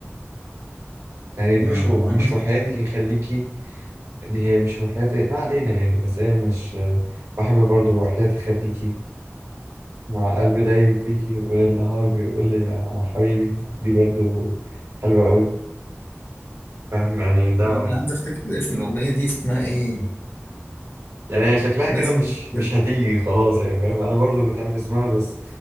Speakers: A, on the right; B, on the left.
A: يعني
B: ما
A: دي مش و...
B: ما
A: مش
B: أص-
A: وحياتي خليكي دي هي مش وحياتي ما علينا يعني بس هي مش <hesitation> بحب برضو وحياتي خليكي مع قلبي داي فيكي وليل نهار بيقول لي يا حبيبي دي برضو حلوة قوي فاهم يعني ده
B: أنا عايز أفتكر اسم الأغنية دي اسمها إيه
A: يعني هي شكلها
B: لازم
A: كده مش
B: أفتكر.
A: مش هتيجي خلاص يعني فاهم انا برضو كنت عارف اسمها بس